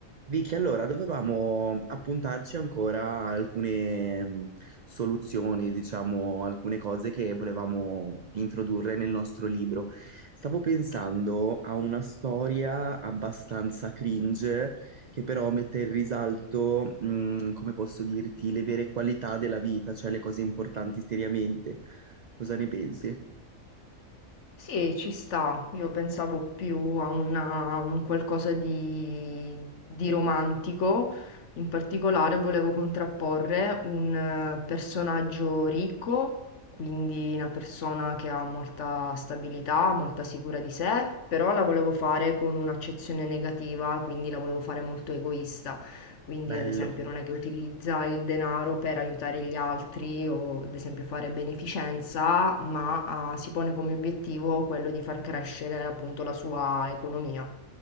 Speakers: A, on the right; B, on the left.
A: Vicky, allora dovevamo appuntarci ancora a alcune mh, soluzioni, diciamo, alcune cose che volevamo introdurre nel nostro libro. Stavo pensando a una storia abbastanza cringe che però mette in risalto, mh, come posso dirti, le vere qualità della vita, cioè le cose importanti seriamente. Cosa ne pensi?
B: Sì, ci sta. Io pensavo più a una- un qualcosa di, di romantico. In particolare volevo contrapporre un eh, personaggio ricco, quindi una persona che ha molta stabilità, molta sicura di sé, però la volevo fare con un'accezione negativa, quindi la volevo fare molto egoista quindi
A: Bello.
B: ad esempio non è che utilizza il denaro per aiutare gli altri o ad esempio fare beneficenza, ma ah, si pone come obiettivo quello di far crescere appunto la sua economia.